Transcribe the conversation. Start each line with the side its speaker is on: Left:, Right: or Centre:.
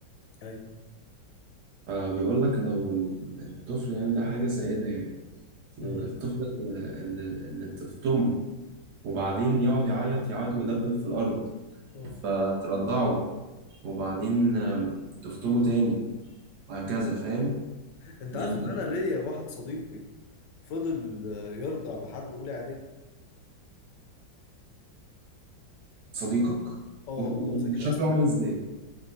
Left: ايوه
Right: فبيقول لك لو ال- الطفل يعني ده حاجه سائده يعني. الطفل
Left: امم
Right: اللي اللي تفطمه وبعدين يقعد يعيط يعيط ويدبل في الأرض
Left: اه
Right: فترضعه وبعدين آم، تفطمه تاني وهكذا فاهم
Left: انت
Right: يعني
Left: عارف
Right: أنت
Left: ان انا ليا واحد صديقي فضل آه، يرضع لحد اولى اعدادي
Right: صديقك
Left: اه
Right: و- و-
Left: بدون ذكر
Right: وشكله
Left: اسماء
Right: عامل إزاي